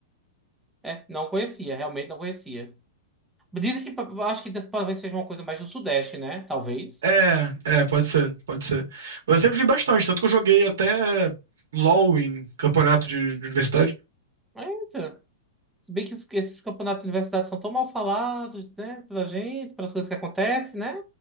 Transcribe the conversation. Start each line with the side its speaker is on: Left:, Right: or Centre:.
Centre: É, não conhecia, realmente não conhecia. Dizem que pa- acho que deve- talvez seja uma coisa mais do Sudeste, né? Talvez.
Right: É, é, pode ser, pode ser. Mas eu sempre vi bastante, tanto que eu joguei até LoL em campeonato de, de universidade.
Centre: Eita. Se bem que os- esses campeonatos de universidade são tão mal falados, né? Pela gente, pelas coisas que acontecem, né?